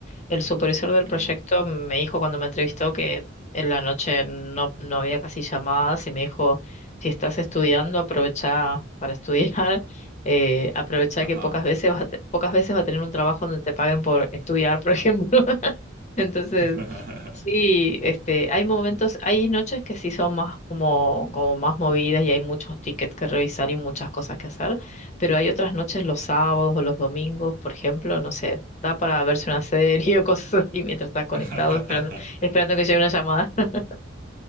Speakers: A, on the left; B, on the right.
A: el supervisor del proyecto
B: ujú,
A: me dijo cuando me entrevistó que en la noche no, no había casi llamadas y me dijo, si estás estudiando, aprovecha para estudiar, <laughs> eh, aprovecha
B: ajá.
A: que pocas veces vas a te- pocas veces vas a tener un trabajo donde te paguen por estudiar, <laughs> por ejemplo. Entonces,
B: <laughs>
A: sí, este, hay momentos, hay noches que sí son más como, como más movidas y hay muchos tickets que revisar y muchas cosas que hacer, pero hay otras noches, los sábados o los domingos, por ejemplo, no sé, da para verse una serie <laughs> o cosas así mientras estás conectado,
B: <laughs>
A: esperando, esperando que llegue una llamada. <laughs>